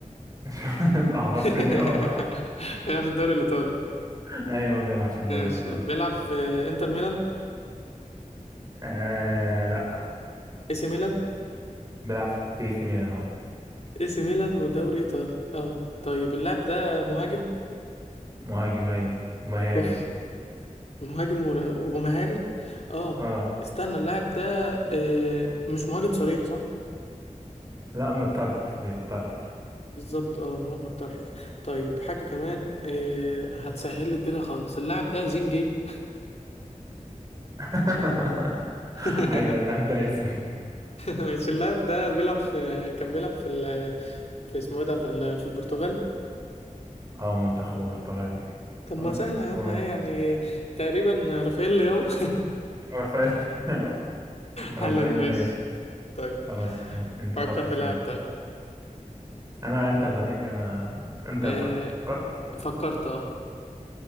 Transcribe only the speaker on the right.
<laughs> أنت حفظتني
أه
<laughs> أيوه بيلعب في الدوري
الإيطالي
آه لا
بيلعب في إي سي ميلان أهو
مهاجم ايوه ومهاري
اه
لا متطرف بيتطرف
<laughs>
ايوه اللاعب ده اسمه
اه منتخب البرتغالي
خلاص
هو
رافائيل <laughs>
رافائيل
ليا.
خلاص ماشي. انت
حط
سؤال
انا انت اللي عليك انا انت
فكرت